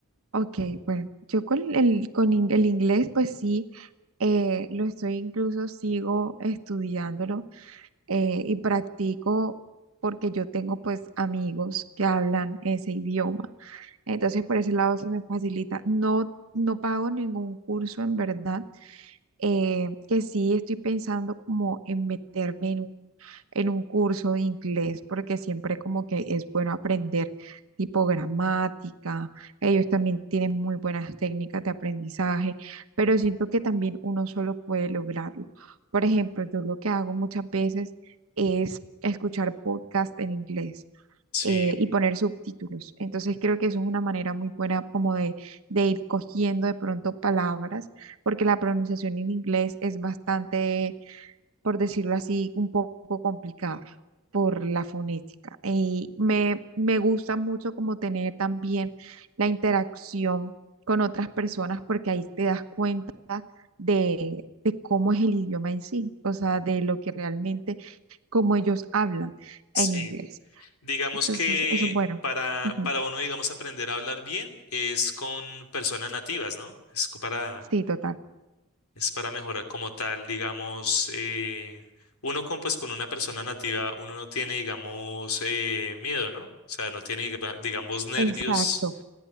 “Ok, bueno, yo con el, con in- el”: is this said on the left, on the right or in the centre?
Right